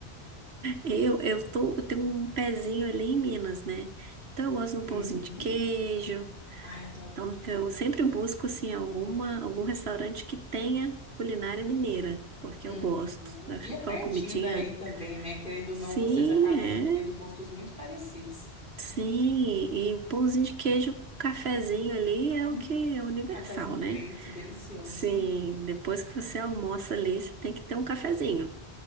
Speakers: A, on the right; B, on the left.
A: Eu, eu tô, eu tenho um pezinho ali em Minas, né? Então eu gosto de um pãozinho
B: Uhum.
A: de queijo.
B: Ai, adoro
A: Então
B: pão de
A: que
B: queijo.
A: eu sempre busco, assim, alguma, algum restaurante que tenha culinária mineira, porque
B: Uhum.
A: eu gosto. Eu acho
B: E é
A: que aquela
B: pertinho
A: comidinha,
B: daí também, né? Querendo ou
A: sim,
B: não, vocês acabam
A: é
B: tendo gostos muito parecidos.
A: Sim, e o pãozinho de queijo, o cafezinho ali é
B: Hum,
A: o que é universal,
B: cafezinho
A: né?
B: preto, delicioso.
A: Sim, depois que você almoça ali, você tem que ter um cafezinho.